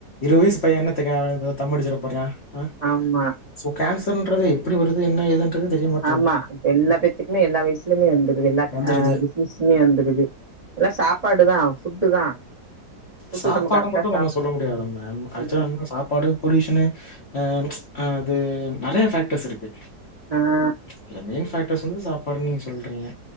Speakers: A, on the left; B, on the right.
A: இருவது வயசு பையே என்னத் தெரியு அவ தம்மடுச்சுற போறா ஆ
B: ஆமா
A: சோ கேன்சர்ன்றது எப்புடி வருது என்ன ஏதுன்றது தெரிய மாட்டேங்குது.
B: ஆமா இப்ப எல்லா பேத்துக்குமே எல்லா வயசுலயுமே வந்துருது எல்லா
A: வந்துருது.
B: ஆ திஸ் மிஷ்மி வந்துருது எல்லா சாப்பாடு தா ஃபுட்டு தா ஃபுட்டு
A: சாப்பாட
B: நம்ம கரெக்டா
A: மட்டு
B: சாப்
A: நம்ம சொல்ல முடி முடியாதுங்க ஆக்சுவலா
B: ம்
A: என்ன சாப்பாடு பொல்யூஷனு ஆ அது நெறையா ஃபேக்டர்ஸ் இருக்கு
B: ஆ ஆ
A: இல்ல மெயின் ஃபாக்டர்ஸ் வந்து சாப்பாடுன்னு நீங்க சொல்றீங்க